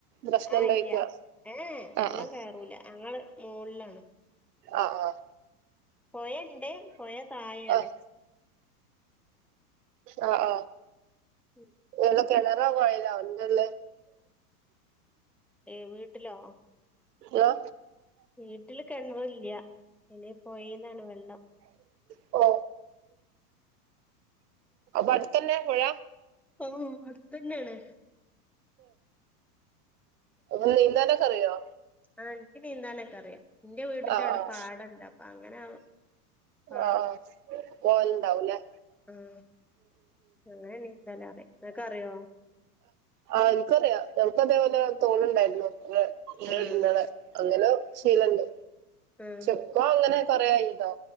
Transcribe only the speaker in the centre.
ആഹ്
ഇല്ല ഏഹ വെള്ളം
കയറൂല്ല ഞങ്ങൾ മോകളിലാണ്
പൊയ ഇണ്ട് പൊയ താഴയാണ്
ഉം
ഏയ് വീട്ടിലോ
വീട്ടില് കെണർ ഇല്ല ഇനി പൊയിന്നാണ് വെള്ളം
ഓഹ് അട്ത്തന്നേണ്
ആഹ് ഇൻക്ക് നീന്താനൊക്കെ അറിയാം ഇന്റെ വീടിന്റെ
ഔടെ
പാടെണ്ട് അപ്പ അങ്ങനെ പാടത്ത്
ആഹ് അങ്ങനെ നീന്തലറിയാം ഇങ്ങക്കറിയോ
ആഹ്
ആഹ്